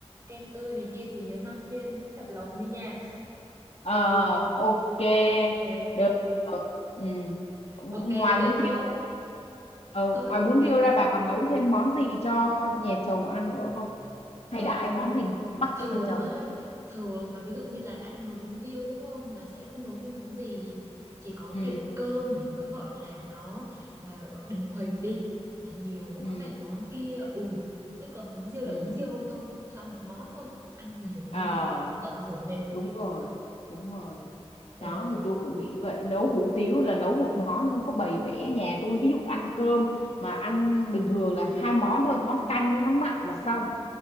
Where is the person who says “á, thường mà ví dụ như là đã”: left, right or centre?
Right